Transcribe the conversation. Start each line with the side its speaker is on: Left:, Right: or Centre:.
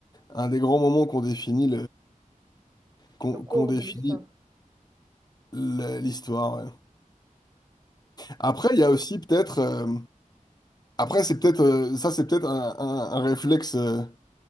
Left: un des grands moments qu'on définit qu'on
Right: Le cours
Left: qu'on définit
Right: de l'histoire.
Left: la- l'histoire. ouais. Après, il y a aussi peut-être. euh, après, c'est peut-être euh, ça, c'est peut-être un, un- un réflexe euh,